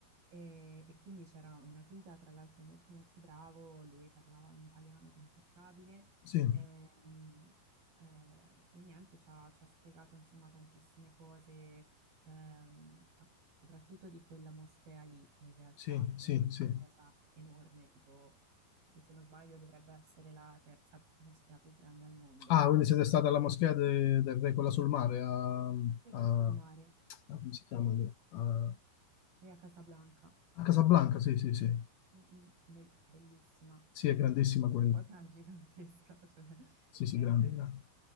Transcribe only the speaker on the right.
E, e quindi c'era una guida, tra l'altro molto molto bravo, lui parlava un italiano impeccabile.
Ehm, eh, e niente, ci ha, ci ha spiegato insomma tantissime cose, ehm, a- soprattutto di quella moschea lì, in realtà,
che
è una
cosa enorme, tipo, se non sbaglio, dovrebbe essere la terza moschea più grande al mondo,
credo.
Quella sul
mare,
sì,
lì a Casablanca.
Mm, mm, be- Bellissima,
mm,
una
cosa gigantesca, <laughs> cioè,
eh,